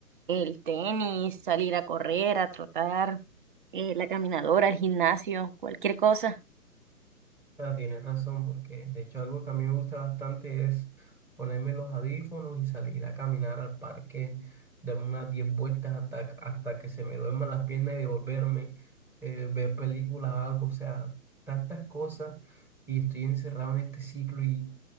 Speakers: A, on the right; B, in the centre.
A: el tenis, salir a correr, a trotar, eh, la caminadora, el gimnasio, cualquier cosa.
B: Ah, tienes razón, porque de hecho algo que a mí me gusta bastante es ponerme los audífonos y salir a caminar al parque, darme unas 10 vueltas hasta, hasta que se me duerman las piernas y devolverme, eh, ver películas o algo, o sea, tantas cosas y estoy encerrado en este ciclo y